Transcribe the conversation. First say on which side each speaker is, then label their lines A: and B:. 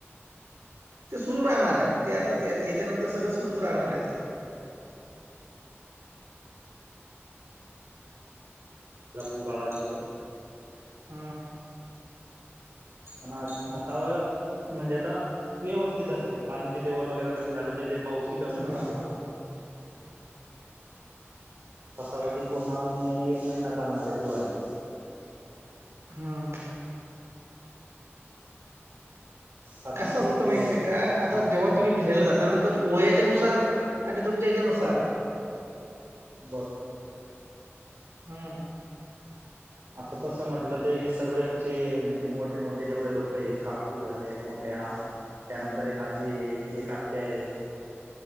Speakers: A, on the right (about 85°); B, on the right (about 60°).
A: ते सुरू राहणार आहे ते आताच याच्यानंतर सगळं सुरूच राहणार आहे ते.
B: ला पूर आला तिथे.
A: हा
B: प आता म्हणजे आता व्यवस्थित झालं ते पाण्याची लेवल वगैरे कमी झालं तिथे. पाऊसही कमी
A: हं
B: झाला थोडा. आता तरी ती पूर्ण अजून एक महिना चालणार आहे ती वारी.
A: हम
B: आता
A: कसं
B: आमच्या
A: असतं
B: इथले
A: माहितीये का आता
B: हा
A: जेव्हा तुम्ही फिरायला जाताना तर वयाच्यानुसार आणि तुमच्या याच्यानुसार.
B: बर
A: हम्म.
B: आता तसं म्हटलं तर एस. सर्व आमचे म्हणजे मोठे मोठे जेवढे लोक आहे काकू झाले मोठ्या त्यानंतर एक आजी आहे एक आत्या आहे.